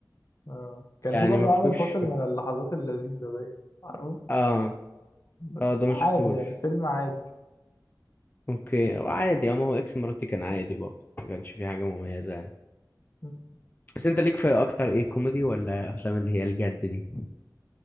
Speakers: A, on the left; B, on the left.
A: آه كان
B: يعني
A: في برضه
B: ما فيهوش
A: عامل فاصل من اللحظات اللذيذه باين عارفه
B: اه
A: بس
B: اه ده ما
A: عادي
B: شفتوش
A: يعني فيلم عادي
B: اوكي عادي اه ما هو اكس مراتي كان عادي برضو ما كانش فيه حاجه مميزه يعني
A: مم.
B: بس انت ليك في اكتر ايه كوميدي ولا افلام اللي هي الجد دي